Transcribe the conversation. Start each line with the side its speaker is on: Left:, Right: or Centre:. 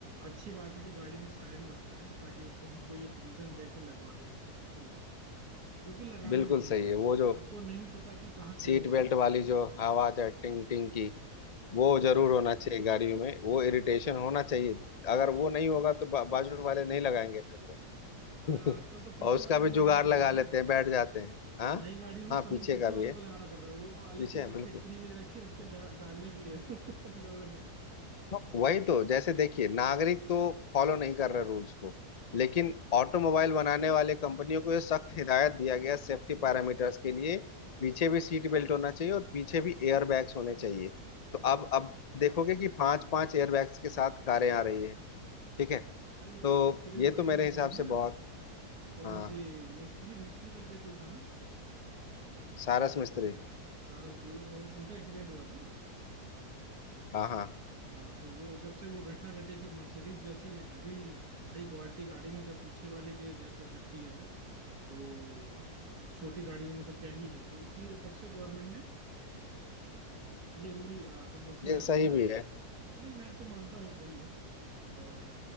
Right: अच्छी बात है कि गाड़ी में सायरन बजता है ताकि उसको हम कोई एक रीजन दे के लगवा देते हैं कि भाई तू लगा जो कि लगाना
Left: बिल्कुल
Right: भी चाहिए
Left: सही है वो जो
Right: आपको नहीं पता कि कहाँ क्या
Left: सीट
Right: हो
Left: बेल्ट
Right: जाए
Left: वाली जो आवाज है टिंग टिंग की वो जरूर होना चाहिए गाड़ियों में वो इरिटेशन होना चाहिए अगर वो नहीं होगा तो बा, बाजू वाले नहीं लगाएंगे फिर वो
Right: हम्म, अरे आजकल
Left: <laughs>
Right: तो पीछे
Left: और उसका
Right: वाले
Left: भी
Right: को लगाना
Left: जुगाड़ लगा
Right: पड़ जा रहा
Left: लेते
Right: है
Left: हैं बैठ जाते हैं हाँ
Right: नई गाड़ियों में
Left: हाँ
Right: सब
Left: पीछे
Right: में पीछे
Left: का भी
Right: वाले
Left: है
Right: को लगाना पड़ रहा है वो अलग
Left: पीछे
Right: से
Left: है
Right: एक
Left: बिल्कुल
Right: चिटकिनी ले रखी है उसके डा, डालने के लिए <laughs> लोगों ने
Left: हाँ, वही तो जैसे देखिए नागरिक तो फॉलो नहीं कर रहे रूल्स को लेकिन ऑटोमोबाइल बनाने वाले कंपनियों को ये सख्त हिदायत दिया गया सेफ्टी पैरामीटर्स के लिए पीछे भी सीट बेल्ट होना चाहिए और पीछे भी एयर बैग्स होने चाहिए तो अब अब देखोगे कि पांच पांच एयर बैग्स के साथ कारें आ रही है ठीक है
Right: अरे वो
Left: तो
Right: एक्चुअली
Left: ये
Right: वो घटना
Left: तो मेरे
Right: घट
Left: हिसाब
Right: गई थी
Left: से बहुत
Right: ना कौन
Left: हाँ
Right: सी मिस्त्री मिस्त्री करके कोई था ना
Left: सारस मिस्त्री
Right: सारा वो, वो- उनका एक्सीडेंट हुआ था ना
Left: हाँ हाँ
Right: हाँ तो वो जब से वो घटना घटी कि मर्सिडीज जैसी हैवी हाई क्वालिटी गाड़ी में जब पीछे वाले की डेथ हो सकती है तो छोटी गाड़ियों में तो क्या ही है तो इसलिए तब से गवर्नमेंट ने ये रूल कंपलसरी
Left: ये
Right: कर
Left: सही
Right: दिया
Left: भी है
Right: हाँ, नहीं मैं तो मानता हूँ ये सही है और